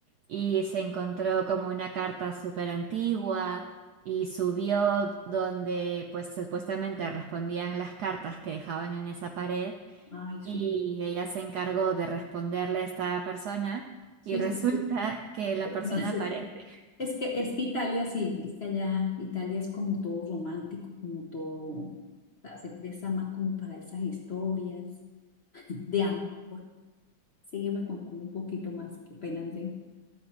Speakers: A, on the right (about 75°); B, on the left (about 40°).
A: y se encontró como una carta súper antigua y subió donde pues supuestamente respondían las cartas que dejaban en esa pared
B: Ay, súper.
A: y ella se encargó de responderle a esta persona
B: Sí,
A: y resulta
B: sí, sí.
A: que la persona
B: Gracias.
A: aparece.
B: <laughs> Es que, es que Italia sí, es que allá Italia es como todo romántico, como todo, o sea, se presta más como para esas historias de amor. Sígueme contando un poquito más, qué pena, Andrea.